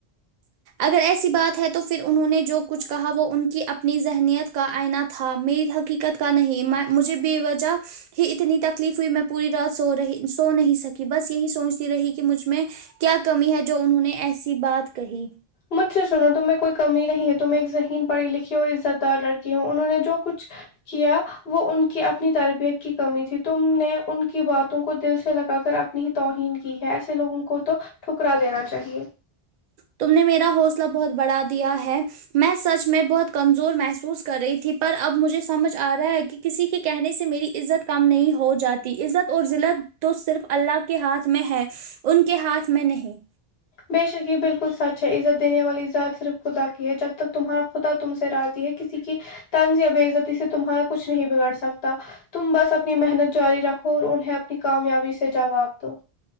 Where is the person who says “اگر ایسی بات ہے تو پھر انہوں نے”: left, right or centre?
Right